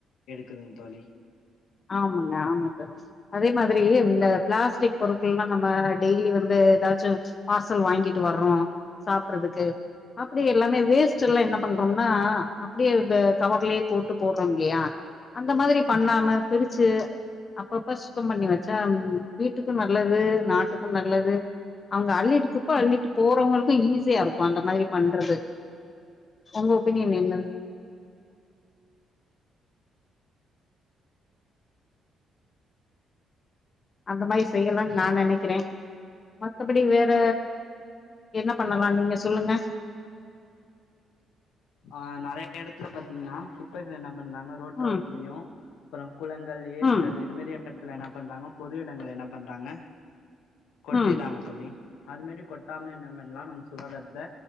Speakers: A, on the left (about 85°); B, on the left (about 40°).
A: எடுக்குதுங் தோழி
B: ஆமாங்க ஆமாங்க அதே மாதிரி இந்த பிளாஸ்டிக் பொருட்கள்லா நம்ம டெய்லி வந்து எதாச்சு பார்சல் வாங்கிட்டு வர்றோ சாப்புறதுக்கு அப்டி எல்லாமே வேஸ்ட்டெல்லா என்ன பண்றோம்னா அப்டியே கவர்லயே போட்டு போட்றோம் இல்லயா அந்த மாதிரி பண்ணாம பிரிச்சு அப்பப்ப சுத்தம் பண்ணி வச்சா வீட்டுக்கு நல்லது நாட்டுக்கு நல்லது அவுங்க அள்ளிட்டு குப்ப அள்ளிட்டு போறவுஙளுக்கு ஈஸியா இருக்கு‌ அந்த மாதிரி பண்றது உங்க ஒப்பீனியன் என்ன அந்த மாரி செய்யலான் நா நெனக்கிறே மத்தபடி வேற என்ன பண்ணலா நீங்க சொல்லுங்க
A: ஆ நெறைய எடத்துல பாத்தீங்னா கு குப்பைகள் என்ன பண்ணாங்க ரோட்டோரத்துலயு
B: ம்
A: அப்ரோ குளங்கள் ஏரிகள்
B: ம்
A: இதுமாரி எடத்துல என்ன பண்றாங்க பொது எடங்கல என்ன பண்றாங்க கொட்டிறாங்க
B: ம்.
A: தோழி அது மெரி கொட்டாம என்னமல்லா நம்ம சுகாதாரத்த